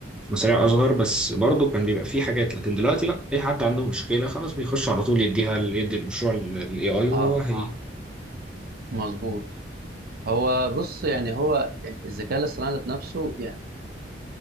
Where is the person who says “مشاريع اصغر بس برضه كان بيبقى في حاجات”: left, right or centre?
Centre